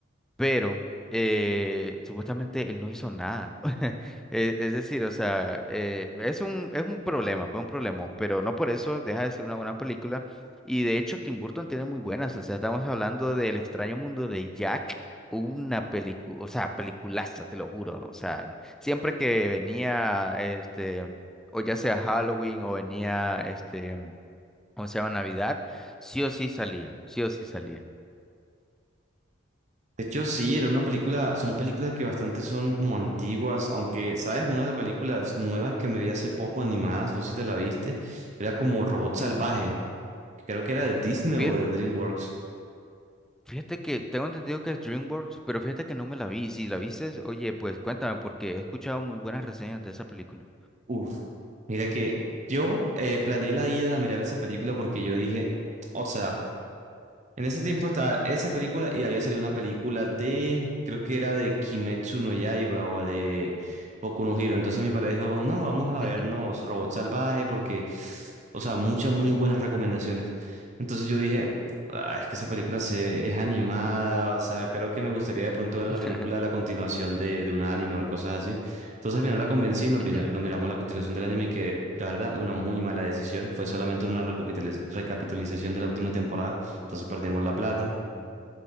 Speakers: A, in the centre; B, on the right (about 35°).
A: pero eh, supuestamente él no hizo nada. <laughs> Eh, Es decir, o sea, eh, es un, es un problema, pues un problemón, pero no por eso deja de ser una buena película. Y de hecho, Tim Burton tiene muy buenas, o sea, estamos hablando del extraño mundo de Jack. Una película, o sea, peliculaza, te lo juro. O sea, siempre que venía, este, o ya sea Halloween o venía, este, o sea, Navidad, sí o sí salía, sí o sí salía.
B: De hecho, sí, era una película, son películas que bastante son como antiguas, aunque, ¿sabes? Una de las películas nuevas que me vi hace poco animadas, no sé si te la viste, era como Robot Salvaje,
A: Ujú.
B: que creo que era de Disney o
A: Fí-
B: de DreamWorks.
A: Fíjate que tengo entendido que es DreamWorks, pero fíjate que no me la vi. Si la viste, oye, pues cuéntame, porque he escuchado muy buenas reseñas de esa película.
B: Uf, mira que yo eh, planeé la ida a mirar esa película porque yo dije, o sea, En ese tiempo estaba esa película y había salido una película de, creo que era de Kimetsu no Yaiba o de Boku no Hero. Entonces mi padre dijo, no, vamos a vernos
A: Ujú,
B: Robot Salvaje porque, o sea, muchas muy buenas recomendaciones. Entonces yo dije, "Ah, es que esa película se, es animada, o sea, creo que me gustaría de pronto ver la
A: <laughs>
B: película, la continuación de, de un anime o cosas así. Entonces al final la convencí y nos,
A: ujú,
B: vi- nos miramos la continuación del anime que, la verdad, una muy mala decisión. Fue solamente una recapitaliz- recapitalización de la última temporada.
A: Uy,
B: Entonces perdimos la
A: no.
B: plata.